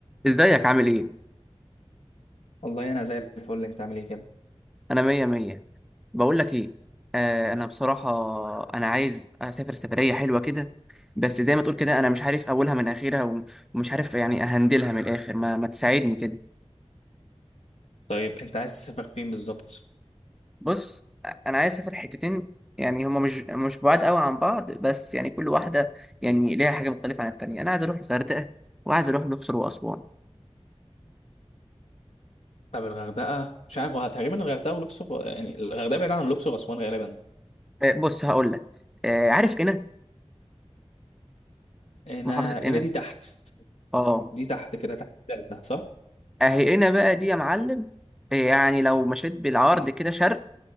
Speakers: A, in the centre; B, on the left.
A: ازيك عامل ايه
B: والله انا زي الفل انت عامل ايه كده
A: انا مية مية بقول لك ايه آه انا بصراحة انا عايز اسافر سفرية حلوة كده بس زي ما تقول كده انا مش عارف اولها من اخرها وم- ومش عارف يعني اهندلها من الاخر ما, ما تساعدني كده
B: طيب انت عايز تسافر فين بالظبط
A: بص انا عايز اسافر حتتين يعني هما مش مش بعاد قوي عن بعض بس يعني كل واحدة يعني ليها حاجة مختلفة عن التانية انا عايز اروح الغردقة وعايز اروح الاقصر واسوان
B: طب الغردقه مش عارف هو تقريبا الغردقه والاقصر يعني الغردقه بعيده عن الاقصر واسوان غالبا
A: آه بص هقول لك آه عارف قنا
B: هنا
A: محافظة قنا
B: هنا دي تحت
A: اه
B: دي تحت كده تحت الدلتا صح
A: اهي هنا بقى دي يا معلم إيه يعني لو مشيت بالعرض كده شرق